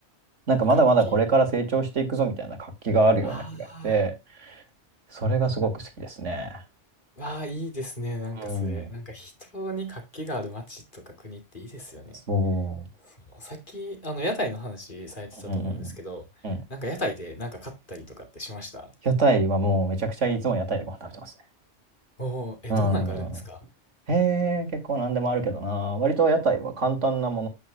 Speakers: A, on the right (about 80°); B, on the left (about 45°).
A: なんかまだまだこれから成長していくぞみたいな活気があるような気がして、
B: 活気。あ
A: それがすごく好きですね。
B: あ、わあ、いいですね。なんかそれ。
A: うん、
B: なんか人に活気がある街とか国っていいですよね。
A: そう。
B: そう、さっき、あの、屋台の話されてたと思うんですけど、
A: うんうんうんうん。
B: なんか屋台でなんか買ったりとかってしました
A: 屋台はもうめちゃくちゃいつも屋台でご飯食べてますね。
B: おおー、
A: うんうんうん。
B: え、どんなんがあるんですか
A: へえ、結構何でもあるけどな。割と屋台は簡単なも